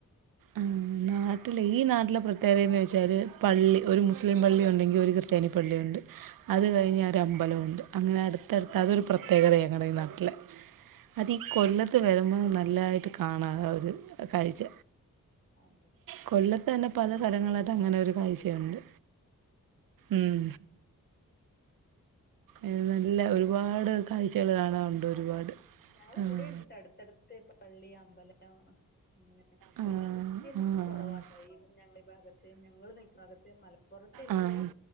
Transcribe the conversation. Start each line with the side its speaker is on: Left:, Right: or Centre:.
Right: ആഹ് നാട്ടിലെ
Left: ആ
Right: ഈ നാട്ടിലെ പ്രത്യേകതയെന്ന് വെച്ചാൽ പള്ളി ഒരു മുസ്ലിം പള്ളി ഉണ്ടെങ്കി ഒരു ക്രിസ്ത്യാനി പള്ളിയുണ്ട് അത് കഴിഞ്ഞ് ഒരമ്പലവുണ്ട് അങ്ങനെ അടുത്തടുത്ത് അതൊരു പ്രത്യേകതയാ ഞങ്ങടെ ഈ നാ ട്ടില്. അതീ കൊല്ലത്ത് വരുമ്പോ നല്ലായിട്ട് കാണാ ഒരു കാഴ്ച.
Left: അതെ
Right: കൊല്ലത്തന്നെ
Left: എന്തായാലും
Right: പല
Left: ഒരു
Right: സ്ഥലങ്ങളിലായിട്ട്
Left: പ്രാവശ്യം
Right: അങ്ങനെ
Left: വരണം
Right: ഒരു കാഴ്ചയുണ്ട്. ഉം എ നല്ല
Left: എല്ലായിടത്തും
Right: ഒരുപാട്
Left: വന്ന്
Right: കാഴ്ചകൾ കാണാറുണ്ട് ഒരുപാട്
Left: ഞങ്ങളിവിടെയുണ്ട്
Right: ആഹ്
Left: ട്ടോ അടുത്തടുത്ത് പള്ളി അമ്പലം അങ്ങനെ
Right: ആഹ്
Left: ക്രിസ്ത്യൻസ് കുറവാട്ടോ
Right: ആഹ്
Left: ഈ ഞങ്ങളീ ഭാഗത്ത്. ഞങ്ങൾ നിക്ക്ണ ഭാഗത്ത് മല പ്പുറത്ത്ണ്ട്.
Right: ആഹ്